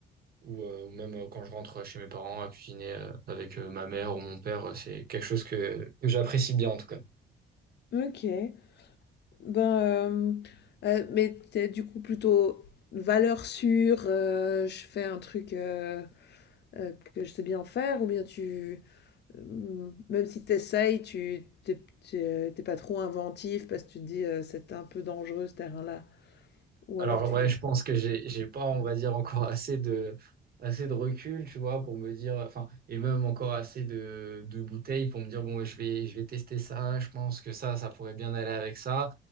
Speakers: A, on the right (about 50°); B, on the left (about 60°).
A: Ou, euh, ou même euh, quand je rentre chez mes parents à cuisiner euh, avec euh, ma mère ou mon père, euh, c'est quelque chose que, que j'apprécie bien en tout cas.
B: Mmh. OK. Ben, hem, heu, mais t'es du coup plutôt valeur sûre, heu, je fais un truc, heu heu, que je sais bien faire ou bien tu, hem, même si tu tu t'es t'es p pas trop inventif parce que tu te dis, heu: «C'est un peu dangereux ce terrain-là» ou
A: Alors
B: alors tu
A: ouais,
B: y
A: je pense que j'ai j'ai pas, on va dire, encore assez de assez de recul, tu vois, pour me dire, enfin, et même encore assez de, de bouteilles pour me dire, bon, je vais je vais tester ça, je pense que ça, ça pourrait bien aller avec ça.